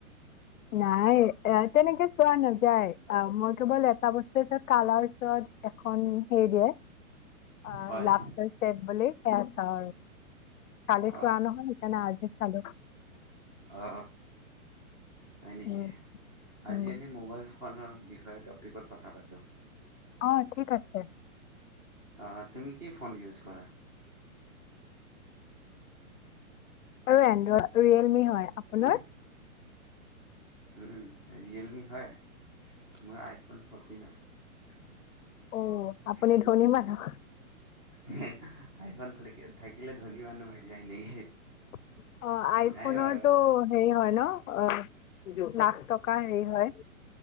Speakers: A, on the left; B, on the right.
A: নাই, এ তেনেকে চোৱা নাযায়। অ মই কেৱল এটা বস্তু চাওঁ, কালাৰচত এখন হেৰি দিয়ে, আ
B: হয়
A: লাফটাৰ চে'ফ বুলি সেয়া চাওঁ আৰু। কালি
B: অ
A: চোৱা নহ'ল, সেইকাৰণে আজি চালো।
B: অ হয় নেকি?
A: উম
B: আজি
A: উম
B: এনে মোবাইল ফোনৰ বিষয়ে টপিকত কথা পাতো।
A: অ', ‌ঠিক আছে।
B: অ', তুমি কি ফোন ইউজ কৰা?
A: অ', এণ্ড্ৰইড ৰিয়েলমি হয়, আপোনাৰ?
B: উম উম, ৰিয়েলমি হয়? মোৰ আইফোন ফৰ্টিন হয়।
A: অ আপুনি ধনী মানুহ।
B: আইফোন থাকি, থাকিলে ধনী মানুহ হয় হৈ যায় নেকি?
A: অ, আইফোনৰটো
B: নাই বাৰু
A: হেৰি হয় ন? অ' লাখ টকাৰ হেৰি হয়